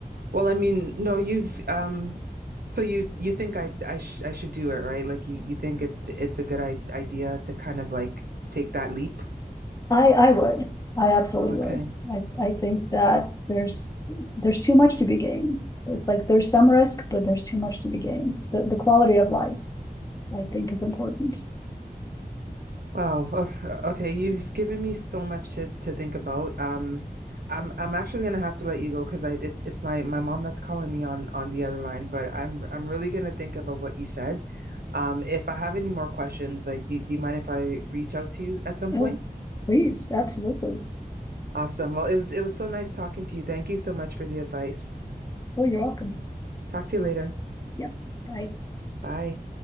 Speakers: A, on the right (about 80°); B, on the left (about 20°).
A: Well, I mean, no, you've um so you you think I I sh I should do it, right? Like you you think it's it's a good I idea to kind of like take that leap.
B: I, I would, I absolutely
A: Okay.
B: would. I, I think that there's, there's too much to be gained. It's like there's some risk, but there's too much to be gained. The, the quality of life, I think, is important.
A: Wow. Okay, okay, you've given me so much to to think about. Um I'm I'm actually gonna have to let you go because I it, it's my my mom that's calling me on on the other line, but I'm I'm really gonna think about what you said. Um if I have any more questions, like do, do you mind if I reach out to you at some point?
B: Oh, please, absolutely.
A: Awesome. Well, it was it was so nice talking to you. Thank you so much for the advice.
B: Oh, you're welcome.
A: Talk to you later.
B: Yep, bye.
A: Bye.